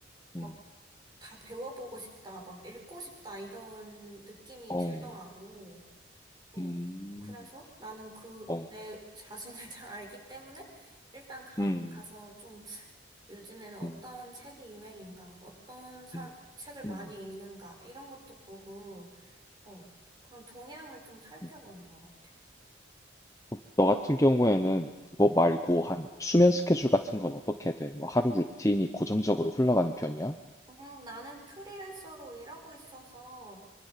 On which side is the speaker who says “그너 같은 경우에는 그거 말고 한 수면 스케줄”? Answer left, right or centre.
Left